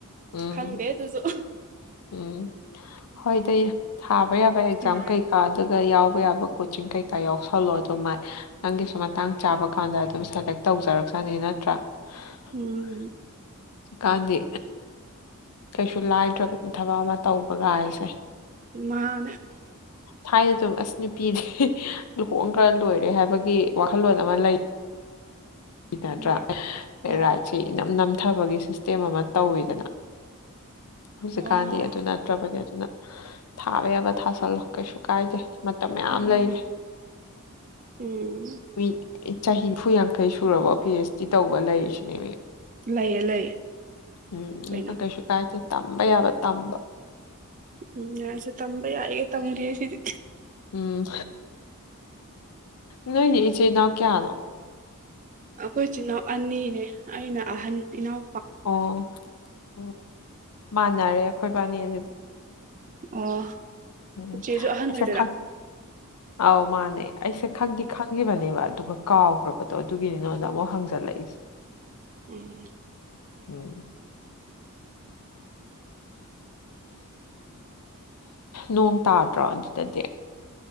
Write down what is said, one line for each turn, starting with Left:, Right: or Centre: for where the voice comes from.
Left: ꯎꯝ
Right: ꯈꯪꯗꯦ ꯑꯗꯨꯖꯨ
Left: ꯎꯝ ꯍꯣꯏꯗꯩ ꯊꯥꯕ ꯌꯥꯕ ꯑꯦꯛꯖꯥꯝ
Right: ꯎꯝ
Left: ꯀꯩ ꯀꯥ ꯑꯗꯨꯒ ꯌꯥꯎꯕ ꯌꯥꯕ ꯀꯣꯆꯤꯡ ꯀꯩꯀꯥ ꯌꯥꯎꯁꯜꯂꯣ ꯑꯗꯨꯃꯥꯏ ꯅꯪꯒꯤꯁꯨ ꯃꯇꯥꯡ ꯆꯥꯕ ꯀꯥꯟꯗ ꯑꯗꯨꯝ ꯁꯂꯦꯛ ꯇꯧꯖꯔꯛꯁꯅꯤ ꯅꯠꯇ꯭ꯔꯥ ꯍꯧꯖꯤꯛꯀꯥꯟꯗꯤ
Right: ꯎꯝ
Left: ꯀꯩꯁꯨ ꯂꯥꯏꯗ꯭ꯔꯕꯅꯤ ꯊꯕꯛ ꯑꯃ ꯇꯧꯕ ꯒꯥꯏꯁꯦ
Right: ꯃꯥꯅꯦ
Left: ꯊꯥꯏꯅꯗꯨꯝ ꯑꯁ ꯅꯨꯄꯤꯗꯤ ꯂꯨꯍꯣꯡꯒ꯭ꯔ ꯂꯣꯏꯔꯦ ꯍꯥꯏꯕꯒꯤ ꯋꯥꯈꯜꯂꯣꯟ ꯑꯃ ꯂꯩ ꯀꯤꯅꯗ꯭ꯔꯥ
Right: ꯑ ꯑꯣ
Left: ꯔꯥꯏꯠꯁꯤ ꯏꯅꯝ ꯅꯝꯊꯕꯒꯤ ꯁꯤꯁꯇꯦꯝ ꯑꯃ ꯇꯧꯋꯤꯗꯅ ꯍꯧꯖꯤꯛꯀꯥꯟꯗꯤ
Right: ꯍ
Left: ꯑꯗꯨ ꯅꯠꯇ꯭ꯔꯕꯅꯦ ꯑꯗꯨꯅ ꯊꯥꯕ ꯌꯥꯕ ꯊꯥꯖꯜꯂꯣ ꯀꯩꯁꯨ ꯀꯥꯏꯗꯦ ꯃꯇꯝ ꯃꯌꯥꯝ
Right: ꯎꯝ
Left: ꯂꯩꯔꯤ
Right: ꯎꯝ
Left: ꯃꯤ ꯆꯍꯤ ꯅꯤꯐꯨ ꯌꯥꯡꯈꯩ ꯁꯨꯔꯕꯥꯎ ꯄꯤ ꯍꯥꯆ ꯗꯤ ꯇꯧꯕ ꯂꯩꯔꯤꯁꯤꯅꯦꯃꯤ
Right: ꯂꯩꯌꯦ ꯂꯩꯌꯦ
Left: ꯎꯝ ꯑꯗꯨꯗ
Right: ꯀꯩꯅꯣ
Left: ꯀꯩꯁꯨ ꯀꯥꯏꯗꯦ ꯇꯝꯕ ꯌꯥꯕ ꯇꯝꯕ꯫
Right: ꯎꯝ ꯌꯥꯁꯨ ꯇꯝꯕ ꯌꯥꯔꯤꯒꯩ ꯇꯝꯒꯦ ꯁꯤꯗꯤ꯫
Left: ꯎꯝ ꯅꯣꯏꯗꯤ ꯏꯆꯤꯜ ꯏꯅꯥꯎ ꯀꯌꯥꯅꯣ?
Right: ꯑꯈꯣꯏ ꯏꯆꯤꯜ ꯏꯅꯥꯎ ꯑꯅꯤꯅꯦ ꯑꯩꯅ ꯑꯍꯟ ꯏꯅꯥꯎ
Left: ꯑꯣ ꯎꯝ ꯃꯥꯟꯅꯔꯦ ꯑꯈꯣꯏ ꯕꯥꯅꯤ ꯑꯗꯨꯗꯤ꯫
Right: ꯑꯣ
Left: ꯎꯝ
Right: ꯏꯆꯦꯁꯨ ꯑꯍꯟ
Left: ꯑꯩꯁꯦ
Right: ꯑꯣꯏꯗꯣꯏꯔꯥ
Left: ꯈꯪ ꯑꯥꯎ ꯃꯥꯅꯦ ꯑꯩꯁꯦ ꯈꯪꯗꯤ ꯈꯪ ꯈꯪꯈꯤꯕꯅꯦꯕ ꯑꯗꯨꯒ ꯀꯥꯎꯈ꯭ꯔꯕꯗꯣ ꯑꯗꯨꯒꯤꯅꯤ ꯅꯪꯉꯣꯟꯗ ꯑꯃꯨꯛ ꯍꯪꯖꯜꯂꯛꯏꯁꯦ꯫
Right: ꯎꯝ
Left: ꯎꯝ ꯅꯣꯡ ꯇꯥꯗ꯭ꯔꯣ ꯑꯗꯨꯗꯗꯤ꯫